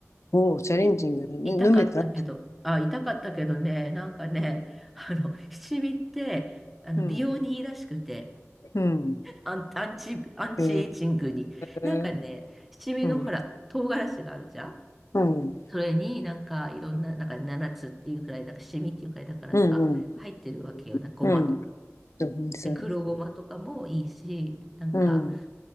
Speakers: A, on the left; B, in the centre.
A: おお、チャレンジングだね飲めた
B: い、痛かったけど、あ、痛かったけどね、なんかね、<laughs> あの、七味って、あの、
A: うん、
B: 美容にいいらしくて、
A: うん。
B: アン、アンチ、アンチエイジングに。
A: へ
B: なんかね、
A: え。
B: 七味のほら、
A: うん、
B: 唐辛子があるじゃん
A: うん、
B: それになんかいろんな、なんか7つっていうくらい、なんか七味っていうくらいだからさ、
A: うん、うん。
B: 入ってるわけよな、ごまとか。
A: うん。そうね、そうね。
B: で、黒ごまとかもいいし、なんか、
A: うん、